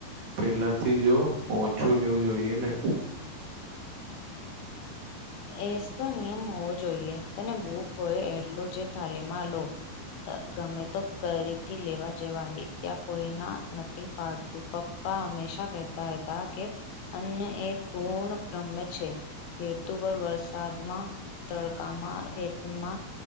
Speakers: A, on the right (about 60°); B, on the left (about 80°).
A: પેલાથી જો ઓછું લેવું જોઈએ ને.
B: એજ તો નિયમ હોવો જોઈએ. તને ભૂખ હોય એટલું જ થાલીમાં લો. ત ગમે તો ફરીથી લેવા જવાય ત્યાં કોઈ ના નથી પાડતું પ પપ્પા હંમેશા કહેતા હતા કે અન્ય એ પૂર્ણ બ્રહ્મ છે કે તું બર વરસાદમાં તડકામાં, રેતીમાં